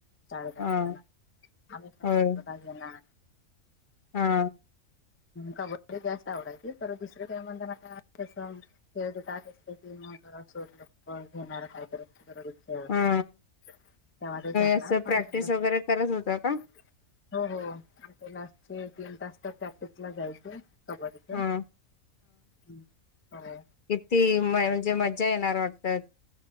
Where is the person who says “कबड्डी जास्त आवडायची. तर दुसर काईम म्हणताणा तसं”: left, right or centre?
Left